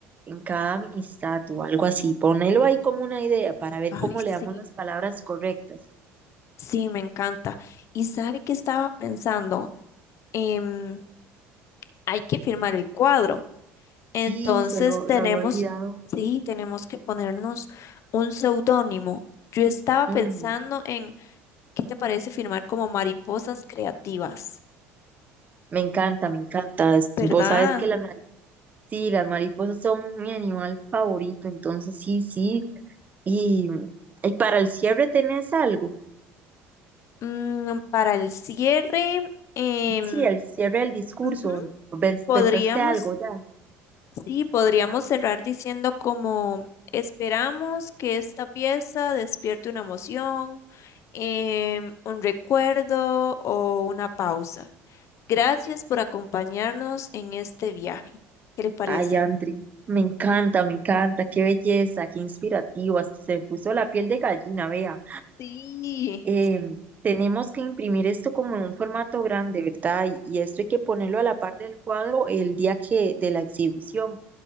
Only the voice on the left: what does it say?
Ay,
sí,
sí, me encanta. Y sabe que estaba pensando, Em, hay que firmar el cuadro. Entonces
tenemos,
sí, tenemos que ponernos un seudónimo. Yo estaba
pensando en, ¿qué te parece firmar como mariposas creativas?
¿Verdad?
Mm, para el cierre, em,
ujú,
podríamos
Sí, podríamos cerrar diciendo como esperamos que esta pieza despierte una emoción, em, un recuerdo o una pausa. Gracias por acompañarnos en este viaje. ¿Qué le parece?
Sí,